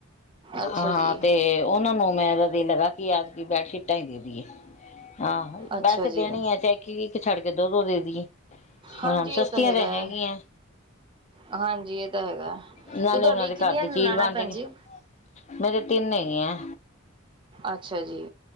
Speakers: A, on the right; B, on the left.
A: ਅੱਛਾ
B: ਹਾਂ
A: ਜੀ,
B: ਤੇ ਓਨਾਂ ਨੂੰ ਮੈਂ ਦਾ ਦਿਲ ਹੇਗਾ ਕਿ ਐਦਕੀ ਬੈਡਸ਼ੀਟ ਟ ਦੇ ਦੀਏ ਹਾਂ
A: ਅੱਛਾ
B: ਵੈਸੇ
A: ਜੀ,
B: ਦੇਣੀ ਹੀ ਹੈ ਕੀ ਇੱਕ ਛੱਡ ਕੇ ਦੋ-ਦੋ ਦੇ ਦੀਈਏ। ਹੁਣ
A: ਹਾਂਜੀ
B: ਸਸਤੀਆਂ
A: ਇਹ ਤਾਂ ਹੈਗਾ
B: ਤੇ ਹੈਗੀਆਂ।
A: ਹੈ। ਹਾਂਜੀ ਇਹ ਤਾਂ ਹੈਗਾ
B: ਨਾਲੇ
A: ਤੇ ਤੁਹਾਡੀ
B: ਉਹਨਾਂ ਦੇ
A: ਕਿੰਨੀਆਂ
B: ਘਰ ਦੀ
A: ਨਨਾਣਾਂ
B: ਚੀਜ਼ ਬਣ
A: ਭੈਣ
B: ਜਾਏਗੀ।
A: ਜੀ
B: ਮੇਰੇ ਤਿੰਨ ਹੈਗੀਆਂ।
A: ਅੱਛਾ ਜੀ